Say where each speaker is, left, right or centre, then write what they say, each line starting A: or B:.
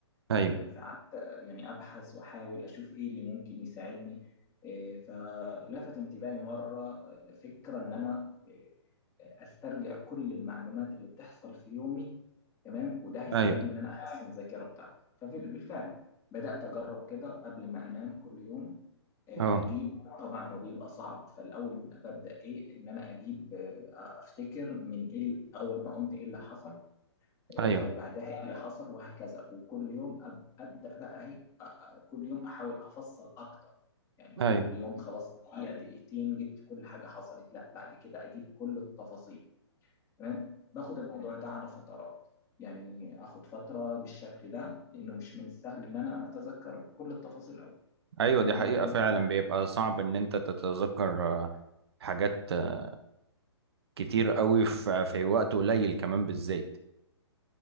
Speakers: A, on the right; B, on the left.
A: ايوه
B: آه، فقعدت آه، يعني أبحث وأحاول أشوف إيه اللي ممكن يساعدني آه، فلفت انتباهي مرة آه، فكرة إن أنا آه، أسترجع كل المعلومات اللي بتحصل في يومي تمام وده هيساعدني
A: ايوه
B: إن أنا أحسن الذاكرة بتاعتي فبالفعل بدأت أجرب كده قبل ما أنام كل يوم آه،
A: اه
B: أجيب طبعا هو بيبقى صعب فالأول ببدأ إيه إن أنا أجيب آه، أفتكر من إيه أول ما قمت إيه اللي حصل إيه
A: ايوه
B: طيب بعدها ايه اللي حصل وهكذا وكل يوم أب- ابدا بقى ايه أ- أ- كل يوم احاول افصل اكتر يعني
A: ايوه
B: اول يوم خلاص دقيقه دقيقتين جبت كل حاجه حصلت لا بعد كده اجيب كل التفاصيل تمام باخد الموضوع ده على فترات يعني اخد فتره بالشكل ده لانه مش من السهل ان انا اتذكر كل التفاصيل أوي
A: ايوه
B: تمام
A: دي حقيقة
B: انت
A: فعلا بيبقى صعب ان انت تتذكر آه، حاجات آه، كتير قوي في في وقت قليل كمان بالذات